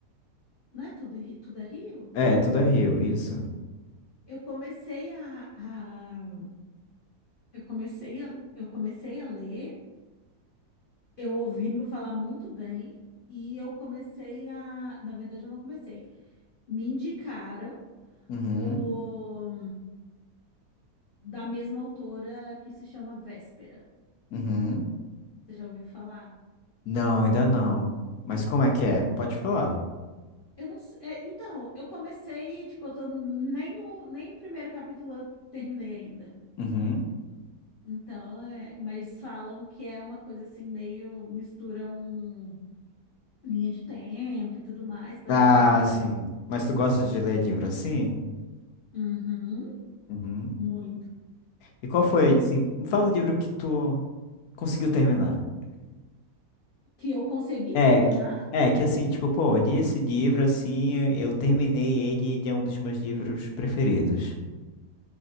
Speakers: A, on the left; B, on the left.
A: não é Tudo, Ri- Tudo é Rio?
B: É, tudo é Rio, isso.
A: Eu comecei a, a- eu comecei a, eu comecei a ler, eu ouvi m- falar muito bem e eu comecei a, na verdade eu não comecei. Me indicaram
B: Uhum,
A: o da mesma autora que se chama Véspera.
B: uhum.
A: Você já ouviu falar?
B: Não, ainda não. Mas como é que é? Pode falar.
A: Eu não sei. é, então, eu comecei, tipo, eu tô nem no, nem o primeiro capítulo eu terminei ainda.
B: Uhum.
A: Então, é, mas falam que é uma coisa assim, meio mistura um linha de tempo e tudo mais, parece
B: Ah,
A: ser bem legal.
B: sim. Mas tu gosta de ler livro assim?
A: Uhum,
B: Uhum.
A: muito.
B: E qual
A: É,
B: foi, assim, me fala o livro que tu conseguiu terminar.
A: que eu consegui
B: É,
A: terminar,
B: que- é que assim, tipo, pô, eu li esse livro assim, eu terminei ele, ele é um dos meus livros preferidos.